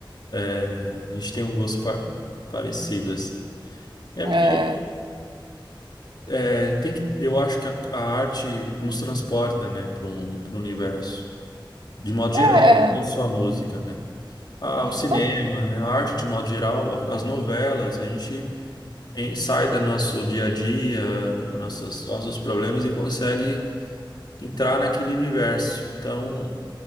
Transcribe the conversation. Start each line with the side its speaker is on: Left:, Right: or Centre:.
Left: é, a gente tem um gosto pa- parecido, assim. É
Right: É,
Left: porque é, é, tem que, eu acho que a, a arte nos transporta, né, para um, para o universo. De modo geral,
Right: é,
Left: não só a música, né? Ah, o cinema,
Right: Tá-
Left: né? A arte de modo geral, a- as novelas, a gente. em- sai do nosso dia a dia, dos nossos, nossos problemas e consegue entrar naquele universo. Então,